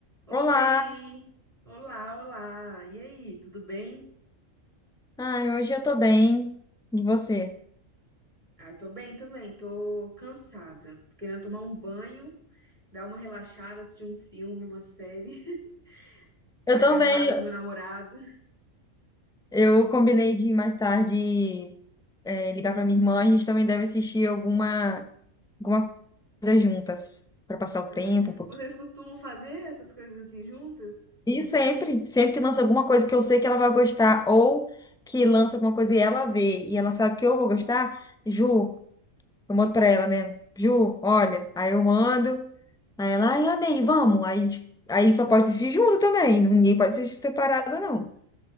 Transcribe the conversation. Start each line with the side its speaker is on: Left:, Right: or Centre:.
Right: Oi,
Centre: Olá!
Right: olá, olá. E aí, tudo bem?
Centre: Ai, hoje eu tô bem. E você?
Right: Ah, tô bem também, tô cansada. Tô Querendo tomar um banho, dar uma relaxada, assistir um filme, uma série, <laughs> ficar
Centre: Eu
Right: agarrada
Centre: também.
Right: com meu namorado.
Centre: Eu combinei de mais tarde é, ligar pra minha irmã. A gente também deve assistir alguma, alguma coisa juntas, pra passar o
Right: Ah,
Centre: tempo um pouquinho.
Right: vocês costumam fazer essas coisas assim juntas?
Centre: E sempre, sempre que lança alguma coisa que eu sei que ela vai gostar, ou que lança alguma coisa e ela vê, e ela sabe que eu vou gostar, Ju, eu mando pra ela, né? Ju, olha. Aí eu mando. Aí ela, ai, amei, vamos. Aí, tipo, aí só pode assistir junto também. Ninguém pode assistir separado, não.